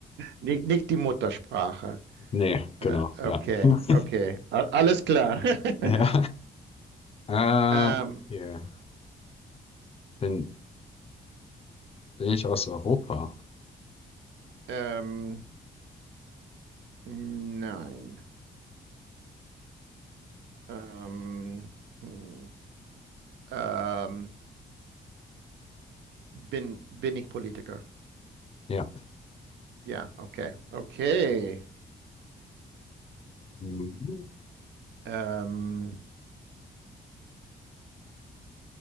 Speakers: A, on the right; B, on the left.
A: nicht, nicht die Muttersprache.
B: nee,
A: Äh,
B: genau,
A: okay,
B: ja. <laughs>
A: okay, A alles klar. <laughs>
B: Ja. Äh,
A: ähm,
B: yeah. Bin, bin ich aus Europa?
A: ähm, nein. Ähm, hm, ähm, bin, bin ich Politiker?
B: Ja.
A: Ja, okay, okay.
B: Mhm.
A: Ähm,